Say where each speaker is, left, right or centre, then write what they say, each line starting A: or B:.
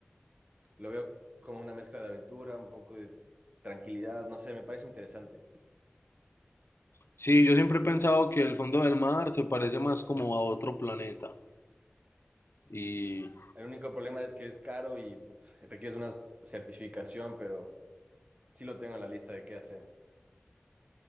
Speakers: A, on the right; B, on the left.
A: Lo veo como una mezcla de aventura, un poco de tranquilidad, no sé, me parece interesante.
B: Sí, yo siempre he pensado que el fondo del mar se parece más como a otro planeta. Y
A: El único problema es que es caro y put, requiere una certificación, pero sí lo tengo en la lista de qué hacer.